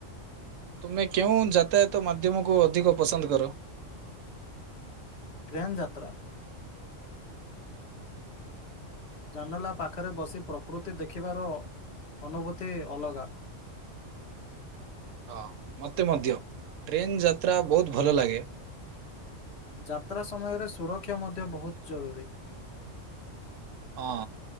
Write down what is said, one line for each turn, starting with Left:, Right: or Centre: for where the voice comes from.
Right: ତୁମେ କେଉଁ ଯାତାୟାତ ମାଧ୍ୟମକୁ ଅଧିକ ପସନ୍ଦ କର।
Left: ଟ୍ରେନ୍ ଯାତ୍ରା। ଜାନଲା ପାଖରେ ବସି ପ୍ରକୃତି ଦେଖିବାର ଅନୁଭୂତି ଅଲଗା।
Right: ହଁ ମତେ ମଧ୍ୟ ଟ୍ରେନ ଯାତ୍ରା ବହୁତ ଭଲ ଲାଗେ।
Left: ଯାତ୍ରା ସମୟରେ ସୁରକ୍ଷା ମଧ୍ୟ ବହୁତ ଜରୁରୀ।
Right: ହଁ